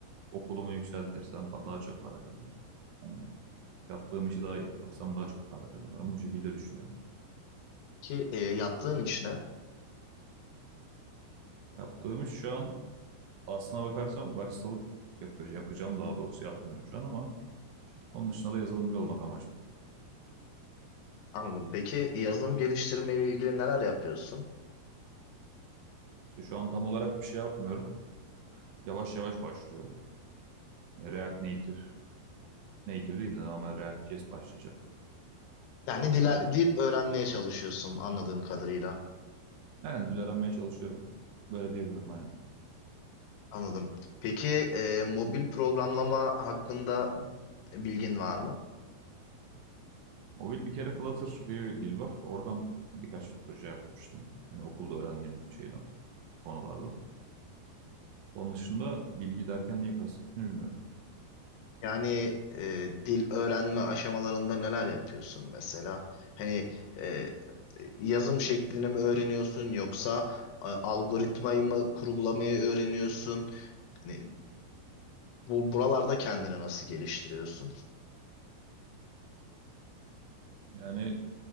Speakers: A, on the right; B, on the left.
A: Okulumu yükseltirsem pa- daha çok para kazanırım. Hani yaptığım işi daha iyi yaparsam daha çok para kazanırım. Bu şekilde düşünüyorum.
B: Peki e, yaptığın iş ne?
A: Yaptığım iş şu an aslına bakarsam baristalık yapıyor, yapacağım daha doğrusu yapmıyorum şu an ama Onun dışında da yazılımcı olmak amacım.
B: Anladım. Peki yazılım geliştirme ile ilgili neler yapıyorsun?
A: İşte şu an tam olarak bir şey yapmıyorum. Yavaş yavaş başlıyorum. E, React Native, Native değil de normal React.js başlayacağım
B: Yani
A: çalışmaya.
B: dil, dil öğrenmeye çalışıyorsun anladığım kadarıyla.
A: Aynen dil öğrenmeye çalışıyorum. Böyle diyebilirim aynen.
B: Anladım. Peki e, mobil programlama hakkında bilgin var mı?
A: Mobil bir kere Flutter diye bir dil var. Oradan birkaç proje yapmıştım. Hani okulda öğrendiğim şeyden, konulardan. Onun dışında bilgi derken neyi kastettiğini bilmiyorum.
B: Yani e, dil öğrenme aşamalarında neler yapıyorsun mesela? Hani e, yazım şeklini mi öğreniyorsun yoksa e, algoritmayı mı kurgulamayı öğreniyorsun? Hani bu buralarda kendini nasıl geliştiriyorsun?
A: Yani